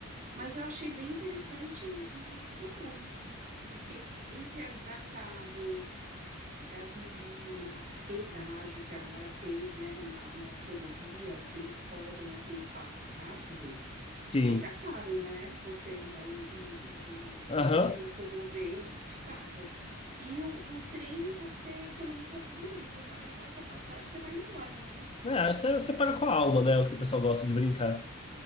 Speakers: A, on the right; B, on the left.
A: Mas eu achei bem interessante e econômico, porque entre alugar carro gasolina, pedágio que agora tem, né, na- nas rodovias, eles cobram aquele passe rápido,
B: sim.
A: fica caro, né, você andar em, em-
B: Aham.
A: você se locomover de carro. E o, o trem, você economiza tudo isso, você paga só a sua passagem, você vai embora, né?
B: É, você, você paga com a alma, né? O que o pessoal gosta de brincar.